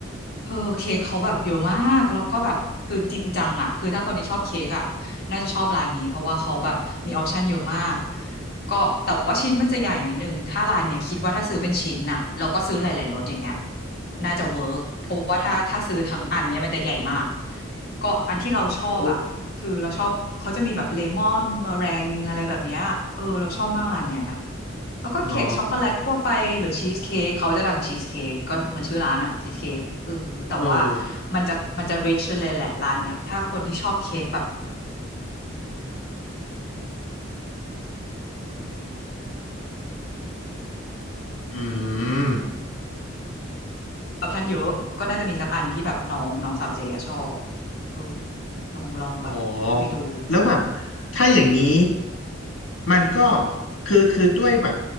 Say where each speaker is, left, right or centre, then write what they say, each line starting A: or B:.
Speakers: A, on the left (about 55°); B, on the left (about 80°).
A: เออเค้กเขาแบบเยอะมากแล้วก็แบบคือจริงจังอ่ะคือถ้าคนที่ชอบเค้กอ่ะน่าจะชอบร้านนี้เพราะว่าเขาแบบมีออปชันเยอะมากก็แต่ว่าชิ้นมันจะใหญ่นิดนึงถ้าร้านเนี้ยคิดว่าถ้าซื้อเป็นชิ้นน่ะเราก็ซื้อหลายๆรสอย่างเงี้ยน่าจะเวิร์กเพราะว่าถ้าถ้าซื้อทั้งอันเนี้ยมันจะใหญ่มากก็อันที่เราชอบอ่ะ
B: โอ้
A: คือเราชอบเขาจะมีแบบเลมอนเมอแรงอะไรแบบเนี้ยเออเราชอบมากร้านเนี้ยแล้วก็เค้กช็อกโกแลตทั่วไปหรือชีสเค้กเขาจะดังชีสเค้กก็เหมือนชื่อร้านอะชีสเค้กเออแต่ว่า
B: หรอเออ
A: มันจะมันจะ rich เลยแหละร้านเนี่ยถ้าคนที่ชอบเค้กแบบ
B: อืม
A: ออปชั่นเยอะก็น่าจะมีสักอันที่แบบน้องน้องสาวเจอะชอบเออลองลองแบบไปดู
B: อ๋อแล้วแบบถ้าอย่างนี้มันก็คือคือด้วยแบบ